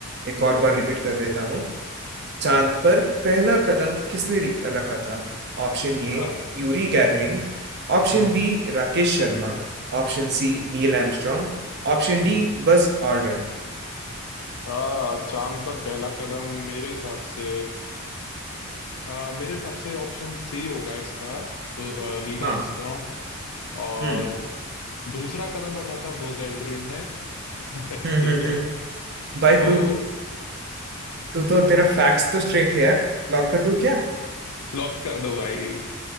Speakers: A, on the right (about 45°); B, on the left (about 85°).
A: एक और बार रिपीट कर देता हूँ चांद पर पहला कदम किसने रिक- रखा था Option A
B: <laughs> हाँ
A: Yuri Gagarin option
B: हम्म
A: B Rakesh Sharma option C
B: हम्म
A: Neil Armstrong option D
B: हम्म
A: Buzz Aldrin
B: आ चांद पर पहला कदम मेरे हिसाब से आ, मेरे हिसाब से ऑप्शन सी होगा इसका अ, नील
A: हाँ
B: आर्मस्ट्रॉन्ग और
A: हम्म
B: दूसरा कदम रखा था बोज एल्ड्रिन ने <laughs>
A: हम्म
B: ठीक
A: हम्म
B: है
A: हम्म बाय
B: तो
A: तू तू तो तेरा फैक्ट्स तो स्ट्रेट है यार लॉक कर दूं क्या
B: लॉक कर दो भाई